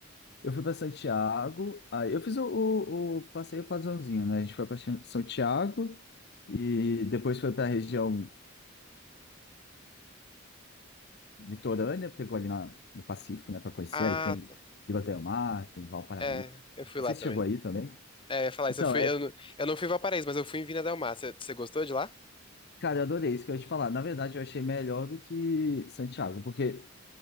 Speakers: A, on the left; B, on the left.
A: Eu fui para Santiago, aí eu fiz o, o, o passeio padrãozinho, né? A gente foi para São Tiago e depois foi para a região litorânea, pegou ali na, no Pacífico, né, para conhecer.
B: Ah,
A: Aí tem
B: tá.
A: Vila del Mar, tem Valparaíso.
B: É, eu fui
A: Não
B: lá
A: sei
B: também.
A: se chegou aí também.
B: É, eu ia falar
A: Então,
B: isso, eu fui,
A: é,
B: eu, não- eu não fui em Valparaíso, mas eu fui em Vina Del Mar. Você você gostou de lá?
A: Cara, eu adorei isso que eu ia te falar. Na verdade, eu achei melhor do que Santiago, porque